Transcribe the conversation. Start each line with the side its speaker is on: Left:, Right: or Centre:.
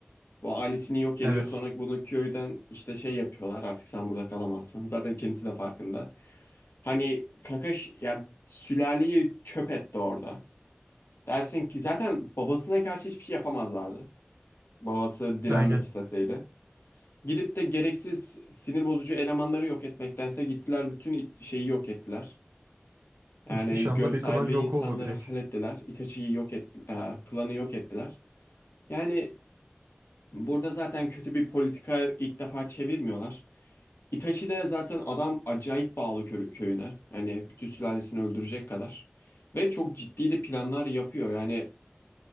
Left: Bu ailesini yok ediyor.
Right: Evet,
Left: Sonra bunu köyden işte şey yapıyorlar. Artık sen burada kalamazsın. Zaten kendisi de farkında. Hani Kakashi ya sülaleyi çöp etti orada. Dersin ki zaten babasına karşı hiçbir şey yapamazlardı. Babası direnmek
Right: aynen.
Left: isteseydi. Gidip de gereksiz sinir bozucu elemanları yok etmektense gittiler bütün it- şeyi yok ettiler. Yani
Right: İhtişamlı
Left: göz
Right: bir
Left: sahibi
Right: klan yok
Left: insanları
Right: oldu direkt.
Left: hallettiler. Itachi'yi yok ettiler. klanı yok ettiler. Yani burada zaten kötü bir politika ilk defa çevirmiyorlar. Itachi de zaten adam acayip bağlı kö- köyüne. Hani bütün sülalesini öldürecek kadar. Ve çok ciddi de planlar yapıyor. Yani